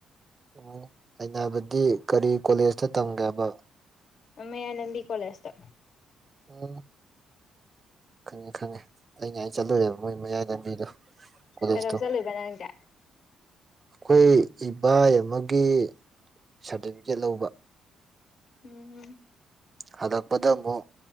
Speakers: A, on the right; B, on the left.
A: ꯎꯝ ꯑꯩꯅ ꯍꯥꯏꯕꯗꯤ ꯀꯔꯤ ꯀꯣꯂꯦꯖꯇ ꯇꯝꯒꯦ ꯍꯥꯏꯕ
B: ꯃꯌꯥꯏ ꯂꯝꯕꯤ ꯀꯣꯂꯦꯖꯇ
A: ꯑꯣ ꯈꯪꯉꯦ ꯈꯪꯉꯦ ꯑꯩ ꯅꯥꯏꯅ ꯆꯠꯂꯨꯔꯦꯕ ꯃꯣꯏ ꯃꯌꯥꯏ ꯂꯝꯕꯤꯗꯣ ꯀꯣꯂꯦꯁ
B: ꯀꯩꯗꯧ
A: ꯇꯣ
B: ꯆꯠꯂꯨꯏꯕ ꯅꯪꯗꯤ
A: ꯑꯩꯈꯣꯏ ꯏꯕꯥꯏ ꯑꯃꯒꯤ ꯁꯥꯔꯗꯤꯕꯤꯀꯦꯠ ꯂꯧꯕ
B: ꯎꯝ
A: ꯍꯜꯂꯛꯄꯗ ꯑꯃꯨꯛ